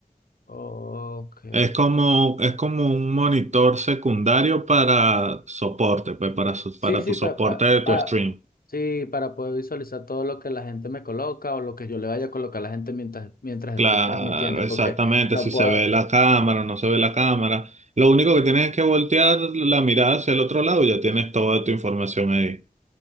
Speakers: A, on the left; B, on the right.
A: Ok.
B: Es como, es como un monitor secundario para soporte, pues para, so-
A: Sí,
B: para
A: sí,
B: tu
A: pa-
B: soporte
A: pa-
B: de
A: pa-
B: tu stream.
A: sí, para poder visualizar todo lo que la gente me coloca o lo que yo le vaya a colocar a la gente mientras, mientras
B: Claro,
A: estoy transmitiendo,
B: exactamente,
A: porque no
B: si
A: puedo...
B: se ve la cámara o no se ve la cámara. Lo único que tienes es que voltear la mirada hacia el otro lado y ya tienes toda tu información ahí.